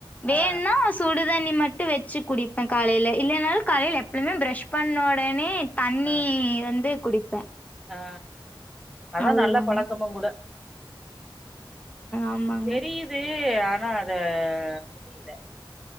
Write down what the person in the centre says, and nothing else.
ஆ
ஆ
ஆ அதா
நல்ல பழக்கமும் கூட
தெரியுது ஆனா அத முடியல